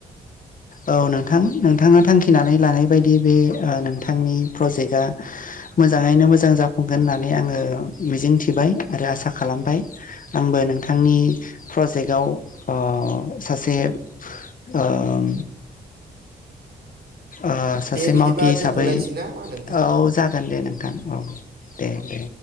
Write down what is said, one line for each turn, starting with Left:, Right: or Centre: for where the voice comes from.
Left: औ नोंथां नोंथाङा थांखिनानै लानाय बायदि बे नोंथांनि प्रजेक्टआ मोजाङैनो मोजां जाफुंगोन होननानै आङो मिजिं थिबाय। बाइ आरो आसा खालामबाय आंबो नोंथांनि प्रजेक्टआव ओ सास से ओ ओ सासे
Right: दे बिदिबा
Left: मावथि हिसाबै
Right: दोनथ'लायनोसै ना मा नोंथां
Left: औ जागोन दे नों औ दे दे।